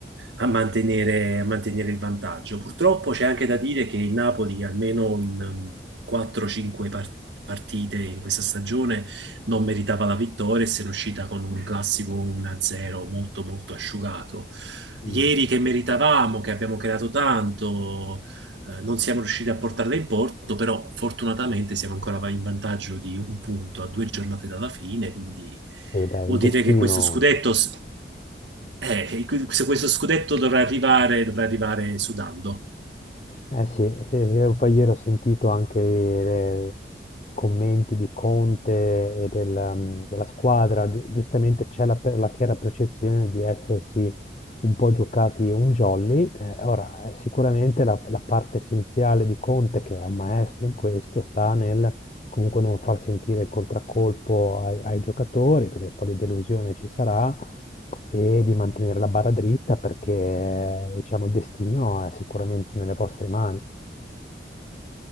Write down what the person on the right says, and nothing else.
a mantenere, a mantenere il vantaggio. Purtroppo c'è anche da dire che il Napoli, almeno in um, 4-5 par- partite in questa stagione, non meritava la vittoria e se ne è uscita con un classico 1-0 molto, molto asciugato.
Ieri che meritavamo, che abbiamo creato tanto. Eh, non siamo riusciti a portarla in porto, però fortunatamente siamo ancora in vantaggio di un punto a due giornate dalla fine, quindi
vuol
dire che questo scudetto, s- eh, que- se questo scudetto dovrà arrivare, dovrà arrivare sudando.